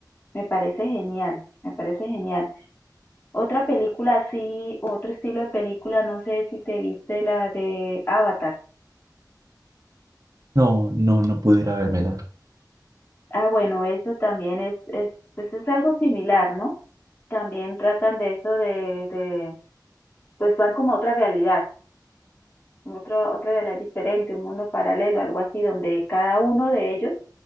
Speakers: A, on the left (about 30°); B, on the right (about 50°).
A: Me parece genial, me parece genial. Otra película así, otro estilo de película, no sé si te viste la de Avatar.
B: No, no, no pudiera vérmela.
A: Ah, bueno, eso también es, es, pues es algo similar, ¿no? también tratan de eso de, de pues van como a otra realidad, otro, otra realidad diferente, un mundo paralelo, algo así, donde cada uno de ellos